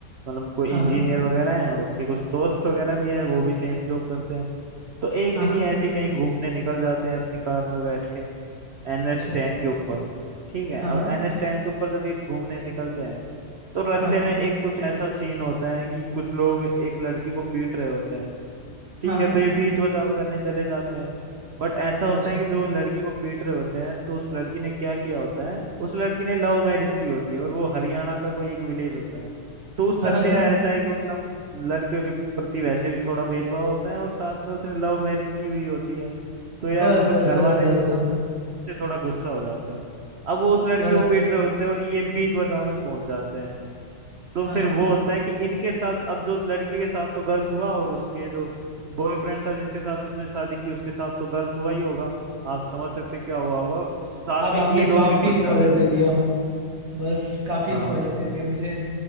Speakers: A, on the right; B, on the right.
A: मतलब कोई
B: हाँ
A: इंजीनियर
B: हाँ
A: वगैरह है उसके कुछ दोस्त वगैरह भी है वो भी सेम जॉब करते हैं तो एक
B: हाँ
A: दिन
B: हाँ
A: ये ऐसे ही कहीं घूमने निकल जाते हैं अपनी कार में बैठ के एन एच
B: अच्छा
A: टेन के ऊपर ठीक है
B: हाँ
A: अब
B: हाँ
A: एन एच टेन के ऊपर जब ये घूमने निकलते हैं तो रास्ते
B: हाँ हाँ
A: में एक कुछ ऐसा सीन होता है कि कुछ लोग एक लड़की को पीट रहे होते हैं ठीक
B: हाँ हाँ
A: है तो ये बीच बचाव करने चले जाते हैं बट ऐसा होता
B: अच्छा
A: है कि जो लड़के को पीट रहे होते हैं तो उस लड़की ने क्या किया होता है उस लड़की ने लव मैरिज की होती है और वो हरियाणा का कोई एक विलेज होता है तो उस तरफ
B: अच्छा
A: यार ऐसा है कि मतलब लड़कियों के प्रति वैसे भी थोड़ा भेदभाव होता है और साथ में उसने लव मैरिज की हुई होती है तो यार
B: बस
A: मतलब
B: बस
A: घर
B: बस
A: वाले
B: बस बस
A: से थोड़ा गुस्सा हो जाते हैं अब वो उस लड़की
B: बस
A: को पीट रहे होते हैं और ये बीच बचाव में पहुंच जाते हैं तो
B: हाँ
A: फिर
B: हाँ
A: वो होता है कि इनके साथ अब जो लड़की के साथ तो गलत हुआ और उसके जो बॉयफ्रेंड था जिसके साथ उसने शादी की उसके साथ तो गलत हुआ ही होगा आप समझ सकते हैं क्या हुआ होगा साथ
B: अब
A: में
B: आपने
A: ये लोग
B: काफी
A: भी फंस
B: स्पॉइलर
A: जाते हैं
B: दे दिया बस काफी
A: हाँ
B: स्पॉइलर दे दिया मुझे